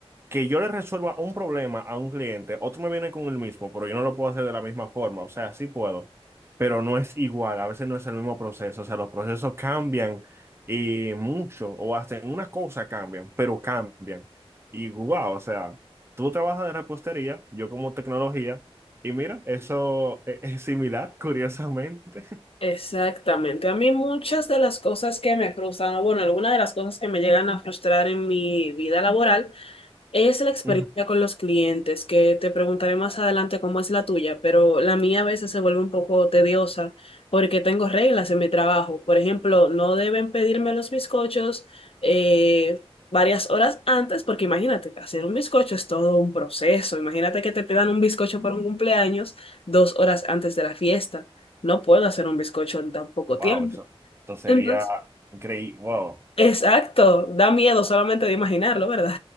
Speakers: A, on the right (about 25°); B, on the left (about 65°).
A: que yo le resuelva un problema a un cliente, otro me viene con el mismo, pero yo no lo puedo hacer de la misma forma. O sea, sí puedo, pero no es igual. A veces no es el mismo proceso. O sea, los procesos cambian eh, mucho o hasta en una cosa cambian, pero cambian. Y wow, o sea, tú trabajas de repostería, yo como tecnología, y mira, eso e- <laughs> es similar, curiosamente.
B: Exactamente. A mí muchas de las cosas que me frustran, o bueno, algunas de las cosas que me llegan a frustrar en mi vida laboral es
A: <laughs>
B: la experiencia
A: Ujú.
B: con los clientes, que te preguntaré más adelante cómo es la tuya, pero la mía a veces se vuelve un poco tediosa porque tengo reglas en mi trabajo. Por ejemplo, no deben pedirme los bizcochos eh, varias horas antes, porque imagínate, hacer un bizcocho es todo un proceso. Imagínate que te pidan un bizcocho para un cumpleaños dos horas antes de la fiesta. No puedo hacer un bizcocho en tan poco
A: Wow,
B: tiempo.
A: eso. eso sería
B: Entonces,
A: increíble. Wow.
B: exacto, da miedo solamente de imaginarlo, ¿verdad?